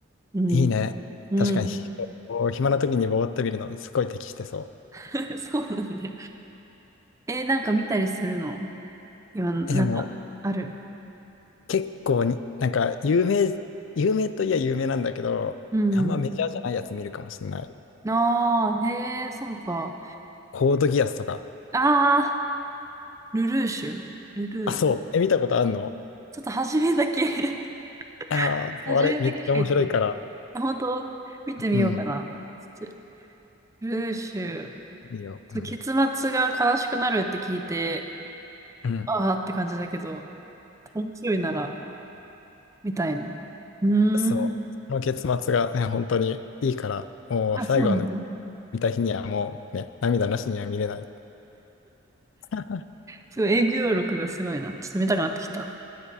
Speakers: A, on the right; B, on the left.
A: うん。
B: いいね。
A: うん。
B: 確かに、こう暇な時にぼーっと見るのすごい適してそ
A: <laughs> そうなんだよ。えーなんか見たりするの今、なんか、
B: う。え、でも、
A: ある
B: 結構に、なんか、有名、有名といえば有名なんだけど、
A: うん。
B: あんまメジャーじゃないやつ見るかもしんない。
A: ああ、へえ、そうか。
B: コードギアスとか。
A: ああ、ルルーシュ。ルルー。
B: あ、そう。え、見たことあんの
A: ちょっと初めだけ <laughs>
B: ああー、そうあれ、
A: 初めだけしか言ってない。
B: めっちゃ面白いから。
A: あ本当見てみようかな。
B: うん。
A: ちょルルーシュ。
B: いいよ。うん。
A: 結末が悲しくなるって聞いて、
B: うん。
A: ああって感じだけど、面白いなら、みたいな。うーん。
B: そう。その結末がね、本当にいいから、もう最後まで
A: あ、そうなの。
B: 見た日にはもうね、涙なしには見れない。<laughs>
A: すごい、営業力がすごいな。ちょっと見たくなってきた。